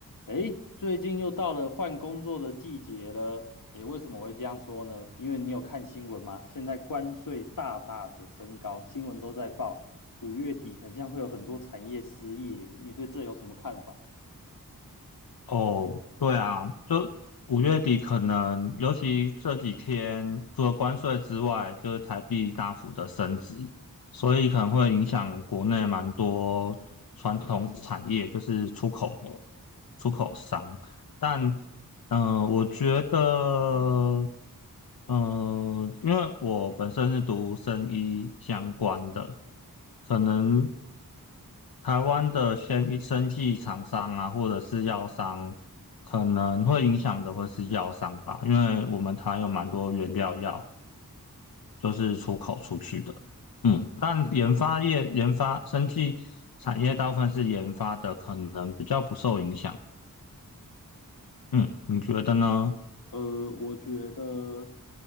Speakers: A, on the left; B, on the left.
A: 诶，最近又到了换工作的季节了。诶，为什么会这样说呢？因为你有看新闻吗？现在关税大大的升高，新闻都在报，五月底很像会有很多产业失业。你对这有什么看法？
B: 哦，对啊，就五月底可能，尤其这几天，除了关税之外，就是台币大幅的升值，所以可能会影响国内蛮多传统产业，就是出口的出口商。但嗯，我觉得，嗯，因为我本身是读生医相关的，可能台湾的生医生技厂商啊，或者是药商，可能会影响的会是药商吧，因为我们台有蛮多原料药，就是出口出去的。嗯，但研发业、研发生技产业大部分是研发的，可能比较不受影响。嗯，你觉得呢？
A: 呃，我觉得